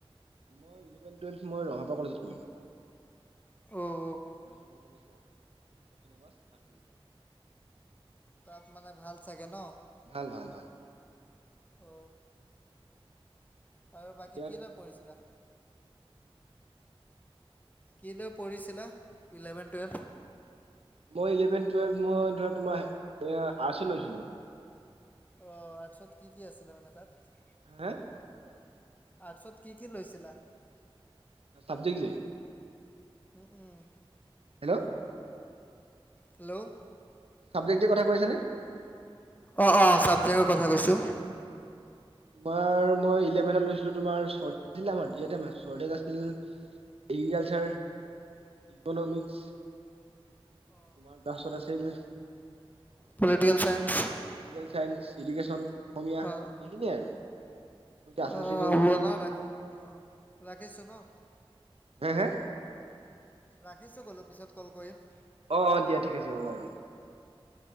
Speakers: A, on the right (about 80°); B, on the left (about 15°).
A: মই এলেভেন টোৱেলভ মই ৰঙাপা কলেজত কৰিলো
B: অ',
A: ৰঙাপা কলেজ অতনুবাস একাডেমী।
B: তাত মানে ভাল চাগে ন।
A: ভাল ভাল ভাল
B: অ আৰু বাকী
A: এতিয়া
B: কি লৈ পঢ়িছিলা। কি লৈ পঢ়িছিলা ইলেভেন টুৱেলভ
A: মই ইলেভেন টুৱেলভ মই ধৰা তোমাৰ আৰ্টচত লৈছিলো।
B: অ আৰ্টছত কি কি আছিলে মানে তাত
A: হা
B: আৰ্টছত কি কি লৈছিলা।
A: চাবজেক্ট যে
B: উম উম।
A: হা
B: হেল্ল'
A: চাবজেক্ট যে কথা কৈ আছানে?
B: অ অ চাবজেক্ট ক থা কৈছো।
A: তোমাৰ মই ইলেভেনত লৈছিলো তোমাৰ স্বৰ্দেশ আছিলে আমাৰ যিহেতু আমাৰ স্বদেশ আছিল। এগ্ৰিকালচাৰ। ইকনমিক্স তাৰপাছত আছিল।
B: Political science
A: political science education অসমীয়া
B: অ
A: এইখিনিয়ে আৰু আচল
B: অ
A: শ্ৰেণী
B: মনত ৰাখ অ ৰাখিছো ন।
A: হে হে
B: ৰাখিছো কলো পিছত কল কৰিম
A: অ অ দিয়া ঠিক আছে হ'ব বাৰু